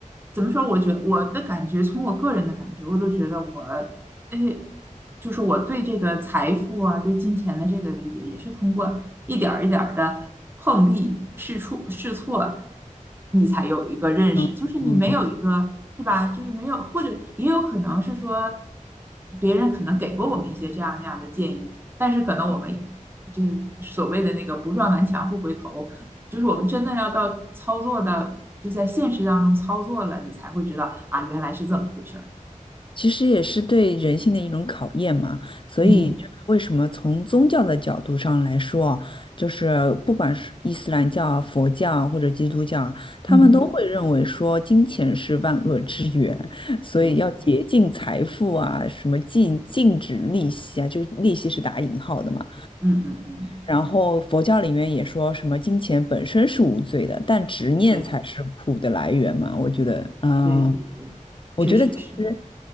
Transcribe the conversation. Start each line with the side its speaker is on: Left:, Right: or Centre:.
Right: 怎么说？我觉我的感觉，从我个人的感觉，我都觉得我，哎，就是我对这个财富啊，对金钱的这个理解，也是通过一点儿一点儿的碰壁、试错、试错，你才有一个认识。
Left: 嗯嗯，
Right: 就是你没有一个，是吧？就是没有，或者也有可能是说，别人可能给过我们一些这样那样的建议，但是可能我们就是所谓的那个不撞南墙不回头。就是我们真的要到操作的，就在现实当中操作了，你才会知道啊，原来是这么回事儿。
Left: 其实也是对人性的一种考验嘛，所以就是为什么从宗教的角度上来说，
Right: 嗯
Left: 就是不管是伊斯兰教啊、佛教啊或者基督教啊他们都会认为说金钱是万恶之源，
Right: 嗯，
Left: 所以要竭尽财富啊，
Right: 对对，
Left: 什么禁禁止利息啊，就是利息是打引号的嘛。
Right: 嗯嗯嗯，
Left: 然后佛教里面也说什么金钱本身是无罪的，但执念才是苦的来源嘛。
Right: 对
Left: 我觉得，嗯、
Right: 对对对，
Left: 我觉得其实。
Right: 确实是。